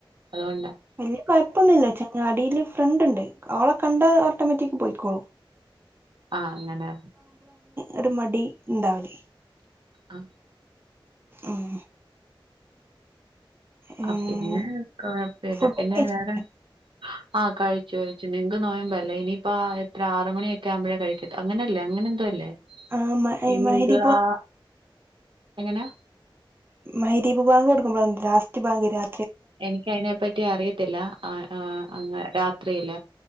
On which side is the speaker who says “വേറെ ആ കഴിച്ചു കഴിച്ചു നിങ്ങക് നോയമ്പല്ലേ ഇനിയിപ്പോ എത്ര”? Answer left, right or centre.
Right